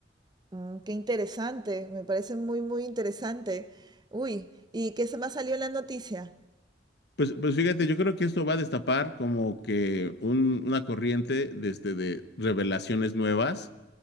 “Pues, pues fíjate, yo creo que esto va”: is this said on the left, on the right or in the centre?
Left